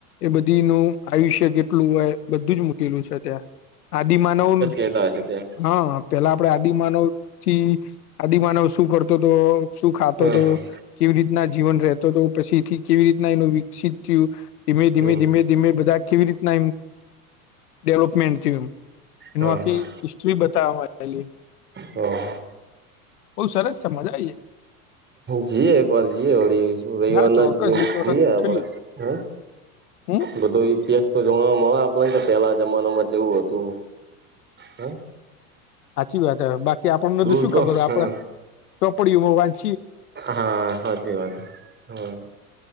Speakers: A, on the left; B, on the right.
A: એ બધી નું આયુષ્ય કેટલું હોય બધું જ લું છે ત્યાં આદિ માનવ
B: તે તો હશે ત્યા
A: હા પેલા આપડે આદિમાનવ થી આદિમાનવ શું કરત શું ખાતો
B: હા
A: હતો
B: હા
A: કેવી રીતના જીવન રહેતો હતો પછી થી કેવી રીતના એનું વિકસિત થયું ધીમે ધીમે
B: હમ
A: ધીમે ધીમે બધા કેવી રીતના એમ ડેવલપમેન્ટ થયું એમ એનું
B: હા
A: આખી
B: હા
A: હિસ્ટ્રી બતાવલી
B: હા હા
A: બહુ સરસ સમજા આવી
B: જઈએ એક વાર જઈએ વળી
A: જાય
B: રવિવાર
A: હા
B: ના
A: ચોક્કસ એક વખત
B: જઈએ
A: ગોઠવીએ
B: આપણે હ
A: હમ
B: બધો ઈતિહાસ તો જોણવા મળે આપ ને પેલા જમાનામાં કે એવું હતું હા
A: સાચી વાત હ બાકી આપણને
B: દૂર
A: તો શું ખબર
B: હા
A: હો આપડ ચોપડીયું વાચી
B: હા સાચી વાત હા